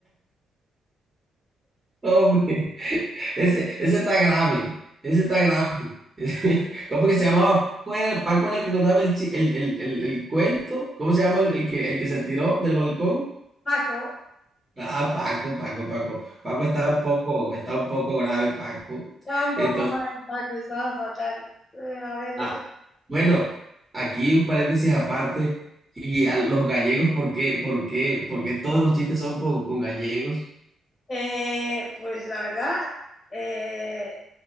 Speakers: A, on the right; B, on the left.
A: Hombre, <laughs> ese, ese está grave. Ese está grave. <laughs> ¿Cómo que se llamaba? Paco era, Paco era el que contaba el, chi- el, el, el, el cuento. ¿Cómo se llama el, el que, el que se tiró del balcón?
B: Paco,
A: Ah, Paco, Paco, Paco. Paco está un poco, está un poco grave, Paco.
B: estaba un poco
A: Entonces,
B: mal, Paco, estaba fatal. Eh, A ver,
A: ah,
B: de
A: bueno, aquí un paréntesis aparte. Y a los gallegos, ¿por qué, por qué, por qué todos los chistes son con, con gallegos?
B: Eh, pues la verdad, eh,